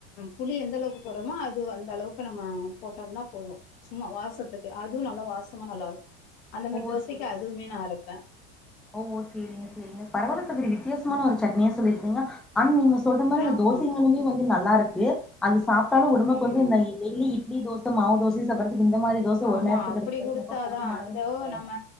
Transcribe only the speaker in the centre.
ஓ
சேரி
ஓ சேரிங்க சேரிங்க பரவால சகோரி வித்தியாசமான ஒரு சட்னிய சொல்லிருக்கீங்க அன் நீங்க சொல்ற மாரி அந்த
தோசைகளுமே வந்து நல்லாருக்கு அது சாப்ட்டாலு ஒடம்புக்கு
வந்து இந்த டெய்லி இட்லி தோச மாவு தோசையே சாப்புறதுக்கு இந்த மாரி தோச ஒரு
நேரத்துக்கு
எடுத்துக்கிறது
ரொம்ப போதுமானதுன்னு
நெனைக்கிறே